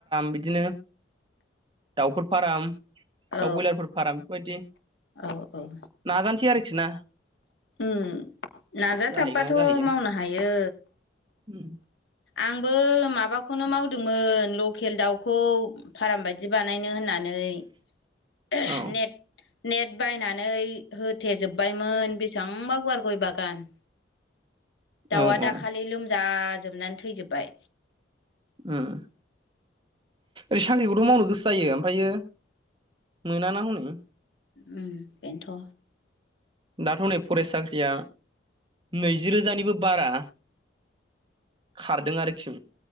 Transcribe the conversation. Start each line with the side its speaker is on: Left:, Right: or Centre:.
Right: बिदिनो दाउफोर फाराम
Left: औ
Right: दाउ बयलारफोर फाराम बेफोरबायदि
Left: औ औ
Right: नाजानोसै आरोखि ना
Left: ओम नाजाथाबबाथ'
Right: जाहैगोन ना जाहैया
Left: मावनो हायो।
Right: उम
Left: आंबो माबाखौनो मावदोंमोन लकेल दाउखौ फार्म बायदि बानायनो होनना नै <unintelligible>
Right: औ
Left: नेट नेट बायनानै होथेजोबबायमोन बेसेबांबा गुवार गय बागान दाउआ
Right: औ
Left: दाखालि
Right: औ
Left: लोमजाजोबनानै थैजोबबाय
Right: ओम ओइ साख्रिखौथ' मावनो गोसो जायो ओमफायो मोना ना हनै
Left: ओम बेन्थ'
Right: दाथ' नै फरेस्ट साख्रिया नैजि रोजानिबो बारा। खारदों आरोखि